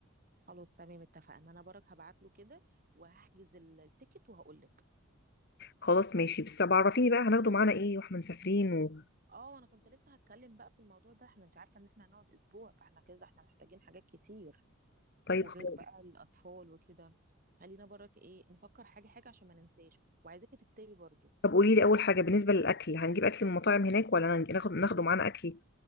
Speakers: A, on the right (about 40°); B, on the left (about 50°).
A: خلاص تمام اتفقنا انا برك هبعت له كده وهحجز ال- التيكت وهقول لك
B: خلاص ماشي بس طب عرفيني بقى هناخده معانا ايه واحنا مسافرين و...
A: اه انا كنت لسه هتكلم بقى في الموضوع ده احنا انت عارفه ان احنا هنقعد اسبوع فاحنا كده احنا محتاجين حاجات كتير
B: طيب
A: وغير
B: خلاص
A: بقى الأطفال وكده خلينا برك ايه نفكر حاجة حاجة عشان ما ننساش وعايزاكي تكتبي برضو
B: طب قولي لي اول حاجه بالنسبه للاكل هنجيب اكل من مطاعم هناك ولا هنج- ناخد ناخده معانا اكل